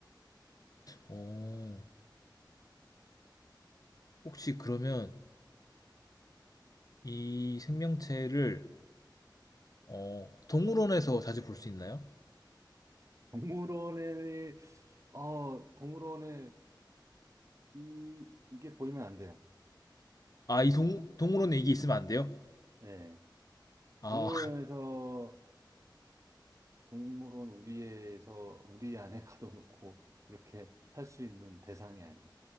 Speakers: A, on the left (about 50°); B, on the right (about 40°).
A: 어, 혹시 그러면 이 생명체를 어, 동물원에서 자주 볼 수 있나요?
B: 동물원에, 어, 동물원에 이, 이게 보이면 안 돼요.
A: 아, 이 동, 동물원에 이게 있으면 안 돼요?
B: 예.
A: 아,
B: 동물원에서, 동물원 우리에서, 우리 안에 <laughs> 가둬놓고, 이렇게 할 수 있는 대상이 아니에요.